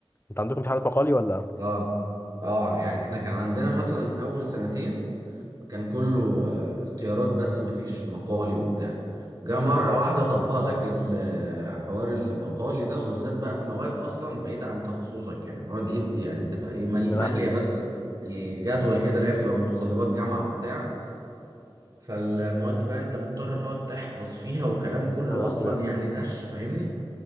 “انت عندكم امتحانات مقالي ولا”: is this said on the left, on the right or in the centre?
Left